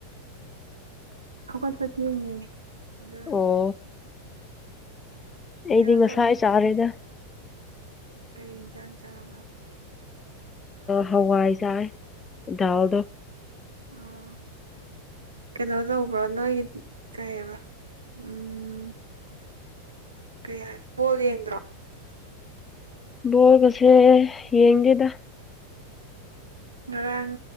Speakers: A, on the right; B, on the left.
A: ꯍꯧꯒꯠꯄ ꯊꯦꯡꯉꯦ ꯑꯗꯨꯅ
B: ꯑꯣ ꯑꯩꯗꯤ
A: ꯀꯩꯅꯣ
B: ꯉꯁꯥ
A: ꯇꯧ
B: ꯆꯥꯔꯦꯗ
A: ꯀꯩ ꯌꯦꯟꯁꯥꯡ ꯆꯥꯕ
B: ꯍꯋꯥꯏ ꯆꯥꯏ ꯗꯥꯜꯗꯣ
A: ꯑꯣ ꯀꯩꯅꯣ ꯇꯧꯕ꯭ꯔꯥ ꯅꯣꯏꯒꯤ ꯀꯩꯑꯕ ꯎꯝ ꯀꯩ ꯍꯥꯏ ꯕꯣꯜ ꯌꯦꯡꯗ꯭ꯔꯣ
B: ꯕꯣꯔ ꯀꯁꯦ ꯌꯦꯡꯒꯦꯗ
A: ꯉꯔꯥꯡ